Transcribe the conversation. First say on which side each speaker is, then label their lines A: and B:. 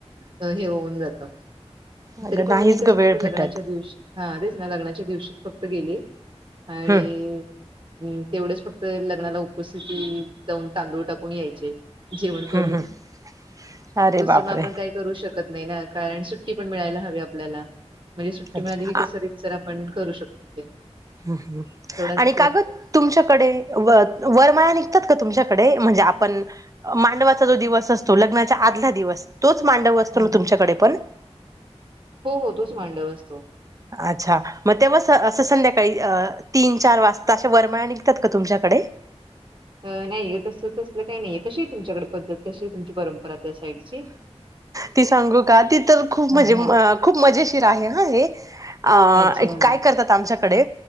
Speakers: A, on the right; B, on the right.
A: हे होऊन जात.
B: अगं
A: तरी पण
B: नाहीच
A: मी कसं
B: ग वेळ
A: फक्त लग्नाच्या
B: भेटत
A: दिवशी हा तेच ना. ग्नाच्या दिवशीच फक्त गेली आणि
B: हम्म
A: तेवढेच फक्त लग्नाला उपस्थिती. जाऊन तांदूळ टाकून यायचे. जेवण करून.
B: हम्म हम्म अरे
A: दुसर
B: बापरे
A: म आपण काय करू शकत नाही ना. कारण सुट्टी पण मिळायला हवी आपल्याला. म्हणजे सुट्टी
B: अच्छा
A: मिळाली की
B: आ-
A: कस तर आपण करू शकतो ते.
B: हम्म हम्म.
A: तेवढाच
B: आणि काग? तुमच्याकडे व वरमाया निघतात का तुमच्याकडे? म्हणजे आपण मांडवाचा जो दिवस असतो. लग्नाचा आधला दिवस. तोच मांडव असतो
A: हा
B: ना,
A: हा
B: तुमच्याकडे
A: हा.
B: पण?
A: हो हो तोच मांडव असतो.
B: अच्छा, मग तेव्हा असं संध्याकाळी तीन चार वाजता अशा वरमाया निघतात का तुमच्याकडे?
A: नाही तस तसलं काही नाहीये. कशीय तुमच्याकडे पद्धत? कशीय तुमची परंपरा? त्या साईडची?
B: ती सांगू का ती तर खूप
A: हा
B: मजे
A: हा
B: खूप मजेशीर आहे हा हे आ
A: अच्छा
B: एक काय करतात आमच्याकडे